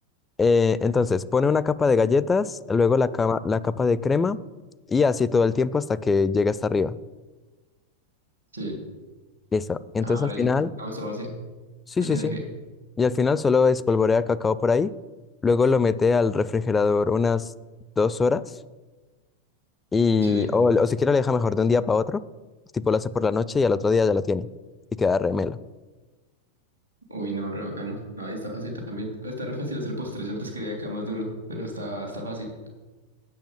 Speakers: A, on the left; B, on the right.
A: Eh, entonces, pone una capa de galletas, luego la cama- la capa de crema y así todo el tiempo hasta que llegue hasta arriba.
B: Sí.
A: Listo. Entonces
B: Abre.
A: al final,
B: No, está fácil.
A: sí,
B: Al
A: sí,
B: final,
A: sí.
B: ¿qué?
A: Y al final solo espolvorea cacao por ahí. Luego lo mete al refrigerador unas dos horas y,
B: Sí.
A: o, o si quiere, lo deja mejor de un día para otro. Tipo lo hace por la noche y al otro día ya lo tiene y queda remelo.
B: Uy, no, re bacano. No, ahí está fácil también. Está re fácil hacer postres. Yo antes quería que era más duro, pero está, está fácil.